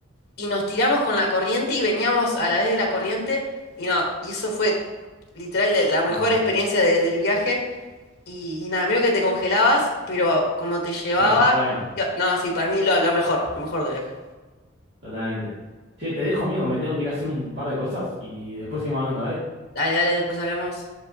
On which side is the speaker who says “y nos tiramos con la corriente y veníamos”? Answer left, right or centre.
Left